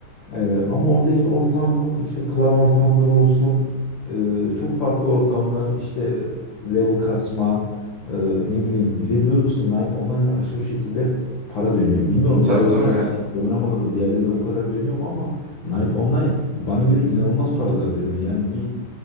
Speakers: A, on the left; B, on the right.
A: Ee, ama oradaki ortamı işte klan ortamları olsun e, çok farklı ortamlar işte level kasma e, ne bileyim bir de biliyorsun Knight Online'da aşırı şekilde para dönüyor. Bilmiyorum
B: Tabii
A: diğer oyunları
B: tabii yani.
A: ben oynamadım diğerlerinde bu kadar dönüyor mu ama Knight Online bana göre inanılmaz paralar dönüyor. Yani bir